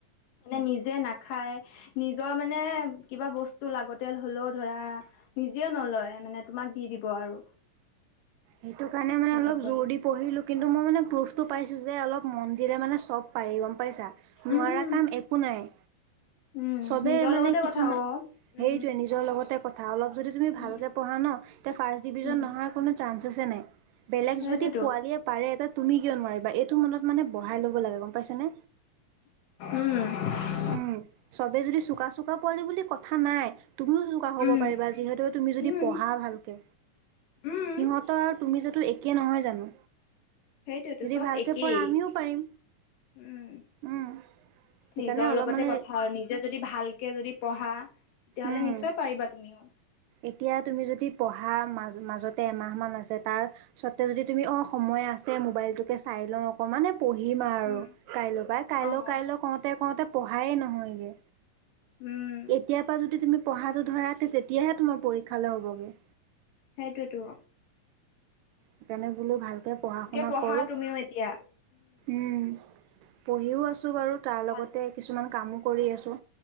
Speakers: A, on the left; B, on the right.
A: মানে নিজে নাখায় নিজৰ মানে কিবা বস্তু লাগতিয়াল হ'লেও ধৰা নিজেই নলয় মানে তোমাৰ দি দিব আৰু
B: সেইটো কাৰণে মানে
A: সেনেকুৱাই
B: অলপ জোৰ দি পঢ়িলো, কিন্তু মই মানে প্ৰ টো পাইছো যে অলপ মন দিলে মানে চব পাৰি গম পাইছা, নোৱাৰা
A: উম
B: কাম একো নাই।
A: উম
B: চবেই
A: নিজৰ
B: মানে,
A: লগতে
B: কিছুমান।
A: কথা অ
B: সেইটোৱেই
A: উম
B: নিজৰ লগতে কথা, অলপ যদি তুমি
A: উম
B: ভালকে পঢ়া ন, তেতিয়া ফাৰ্ষ্ট ডিভিজন
A: উম
B: নহাৰ কোনো চান্সে নাই বেলেগ
A: সেইটোতো
B: যদি পোৱালিয়ে পাৰে তুমি কিয় নোৱাৰিবা, এইটো মনত মানে বহাই ল'ব লাগে। গম পাইছানে।
A: উম।
B: উম, চবেই যদি চোকা চোকা পোৱালি বুলি কথা নাই। তুমিও চোকা হ'ব
A: উম,
B: পাৰিবা, যিহেতু তুমি যদি
A: উম,
B: পঢ়া ভালকে।
A: উম,
B: সিহঁতৰ আৰু তুমি যাতো একেই নহয় জানো।
A: সেইটোৱেইতো
B: যদি
A: চব
B: ভালকে
A: একেই,
B: পঢ়া আমিও পাৰিম
A: উম।
B: উম। সেইকাৰণে
A: নিজৰ
B: অলপ
A: লগতে
B: মানে
A: কথা আৰু, নিজে যদি ভালকৈ যদি পঢ়া তেতিয়াহ'লে
B: উম।
A: নিশ্চয় পাৰিবা তুমিও।
B: এতিয়া তুমি যদি পঢ়া মাজ মাজতে এমাহ মান আছে, তাৰ স্বত্বেও যদি তুমি অ সম সময় আছে মোবাইলটোকে চাই লওঁ অকণমানে পঢ়িম আৰু
A: উম,
B: কাইল পাই কাইলো
A: অ',
B: কাইলো কওঁতে কওঁতে পঢ়ায়েই নহয়গে।
A: উম,
B: এতিয়াৰ পৰা যদি তুমি পঢ়াটো ধৰা, তেতিয়াহে তোমাৰ পৰীক্ষালে হ'বগে।
A: সেইটোৱেতো।
B: সেইকাৰণে বোলো ভালকৈ পঢ়া শুনা
A: পঢ়া
B: কৰোঁ,
A: তুমিও এতিয়া
B: উম। পঢ়িও আছো বাৰু, তাৰ
A: ভাল
B: লগতে কিছুমান কামো কৰি আছোঁ,